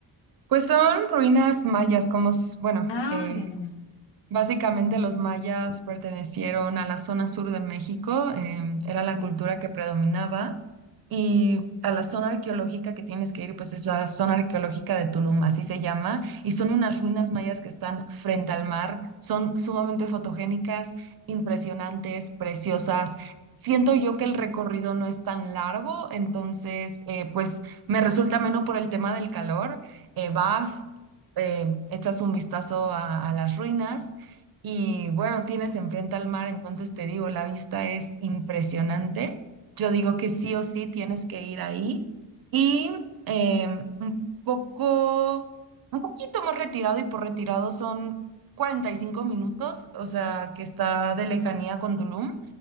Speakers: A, on the right (about 55°); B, on the left (about 80°).
A: Pues son ruinas mayas, como, s- bueno,
B: Ah,
A: eh,
B: ya, ya, ya.
A: básicamente los
B: Sí,
A: mayas pertenecieron a la zona sur de México, em, era
B: sí.
A: la cultura que predominaba. Y a la zona arqueológica que tienes que ir, pues es la zona arqueológica de Tulum, así se llama, y son unas ruinas mayas que están frente al mar, son sumamente fotogénicas, impresionantes, preciosas. Siento yo que el recorrido no es tan largo, entonces, eh, pues me resulta menos por el tema del calor. Eh, vas, eh, echas un vistazo a, a las ruinas y bueno, tienes enfrente al mar, entonces te digo, la vista es impresionante. Yo digo que
B: Qué
A: sí
B: chévere.
A: o sí tienes que ir ahí y em, un poco, un poquito más retirado y por retirado son 45 minutos, o sea, que está de lejanía con Tulum